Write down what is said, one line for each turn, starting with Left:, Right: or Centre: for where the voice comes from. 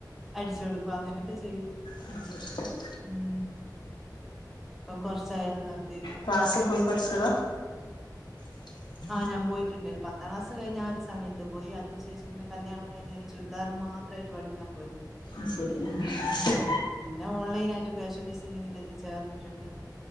Centre: അടിചൊട്ക്ക അങ്ങനെയൊക്കെ ചെയ്യും.
Left: <inaudible>
Centre: ഉം പ്പകൊറച്ചായാൽ നിർത്തിട്ട്.
Left: ക്ലാസ്സ് പോയി പടിച്ചത <unintelligible>
Centre: ആ ഞാൻ പോയിട്ടുണ്ടായിരുന്നു. പത്താം ക്ലാസ് കഴിഞ്ഞ ആ ഒരു സമയത്ത് പോയി. അതിനു ശേഷം പിന്നെ കല്യാണം കഴിഞ്ഞ് ചുരിദാറ് മാത്രമായിട്ട് പഠിക്ക ക്കാമ്പോയി.
Left: അ ശരി. ആ ആ
Centre: പിന്നെ ഓൺലൈൻ ആയിട്ട് ഫാഷൻ ഡിസൈനിങ്ങിന്റെതിന് ചേർന്നിട്ടുണ്ടേന്.